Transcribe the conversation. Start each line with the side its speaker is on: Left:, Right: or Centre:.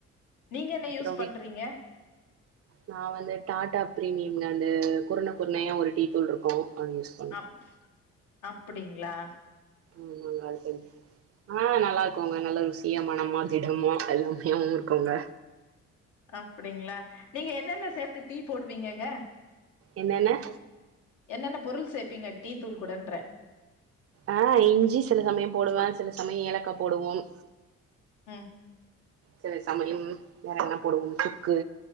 Left: நீங்க என்ன
Right: அப்றோ
Left: யூஸ் பண்றீங்க
Right: வீ நா வந்து டாடா பிரீமியம்னு அந்த குருணை குருணையா ஒரு டீ தூள் இருக்கு அது யுஸ்
Left: அப் அப்டிங்களா
Right: ம் அது கொஞ் ஆ நல்லா இருக்குங்க நல்லா ருசியா மணமா திடமா எல்லாமாவே இருக்குங்க
Left: அப்டிங்களா நீங்க என்னென்ன சேத்து டீ போடுவிங்கங்க
Right: என்னென்ன
Left: என்னென்ன பொருள் சேப்பீங்க டீ தூள் கூடன்ற
Right: ஆ இஞ்சி சில சமயம் போடுவ சில சமய ஏலக்கா போடுவோம்
Left: ம்
Right: சில சமயம் வேற என்ன போடுவோம் சுக்கு